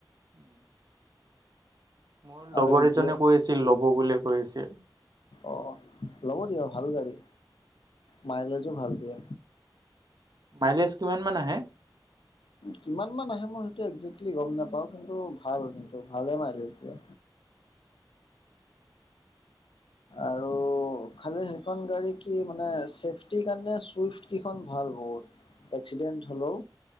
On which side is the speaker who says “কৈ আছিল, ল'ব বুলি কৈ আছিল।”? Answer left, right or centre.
Right